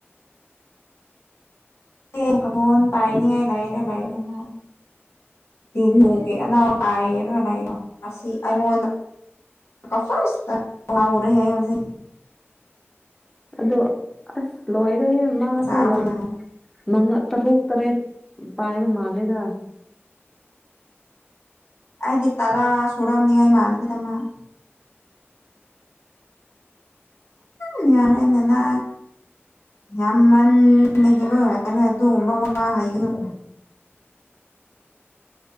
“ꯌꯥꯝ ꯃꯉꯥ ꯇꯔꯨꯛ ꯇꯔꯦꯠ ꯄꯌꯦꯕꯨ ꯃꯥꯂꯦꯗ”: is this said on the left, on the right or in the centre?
Centre